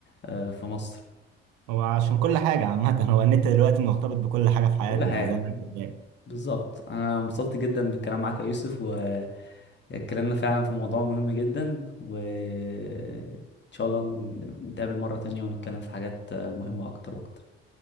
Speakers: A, on the left; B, on the right.
A: آه، في مصر
B: هو عشان كل حاجة عامة <laughs> هو النت دلوقتي مرتبط بكل حاجة في حياتنا
A: كل حاجة
B: زي ما انت شايف
A: بالظبط انا انبسطت جدا بالكلام معاك يا يوسف واتكلمنا فعلا في موضوع مهم جدا وان شاء الله نتقابل مرة تانية ونتكلم في حاجات آه، مهمة اكتر واكتر